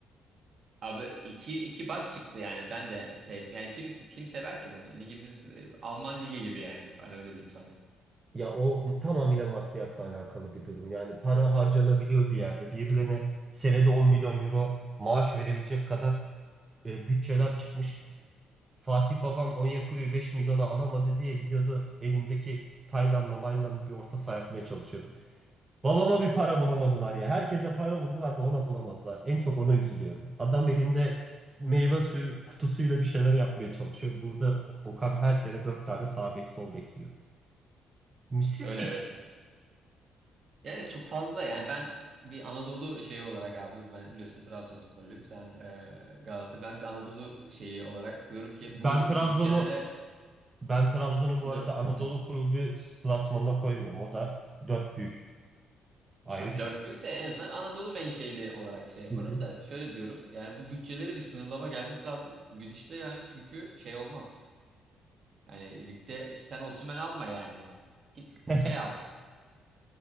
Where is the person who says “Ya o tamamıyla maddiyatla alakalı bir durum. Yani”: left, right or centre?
Right